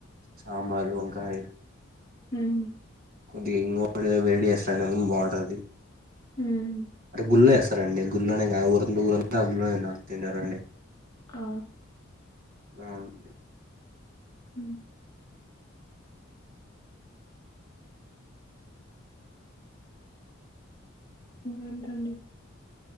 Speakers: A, on the right; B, on the left.
A: సాంబార్ వంకాయ్
B: హుమ్
A: కొద్దిగా ఇంగోడె వేడిస్తాండ్ ఎ బావుంటది
B: హుమ్
A: అంటె గుల్లే స్ రండి గుల్లోనెగ ఊరంతా తినరండి
B: ఆ
A: అ అండి
B: హ ఏంటండి